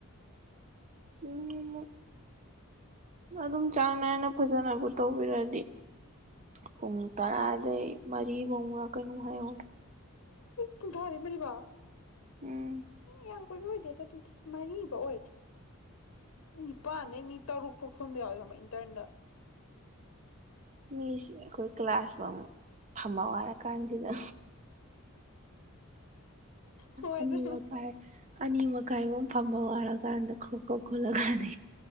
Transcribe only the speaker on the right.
ꯌ <unintelligible> ꯑꯗꯨꯝ ꯆꯥꯡ ꯅꯥꯏꯅ ꯐꯖꯅꯕꯨ ꯇꯧꯕꯤꯔꯗꯤ ꯄꯨꯡ ꯇꯔꯥꯗꯩ ꯃꯔꯤ ꯐꯧꯅ ꯀꯩꯅꯣ ꯍꯥꯏꯌꯨ
ꯎꯝ
ꯃꯤꯁ ꯑꯩꯈꯣꯏ ꯀ꯭ꯂꯥꯁ ꯐꯝ ꯋꯥꯔꯀꯥꯟꯁꯤꯗ
ꯑꯅꯤꯕ
ꯄꯔ ꯑꯅꯤ ꯃꯈꯥꯏꯕ ꯐꯝꯕ ꯋꯥꯔꯀꯥꯟꯗ ꯈ꯭ꯔꯣꯛꯀ ꯈꯣꯠꯂꯒꯥꯟꯅ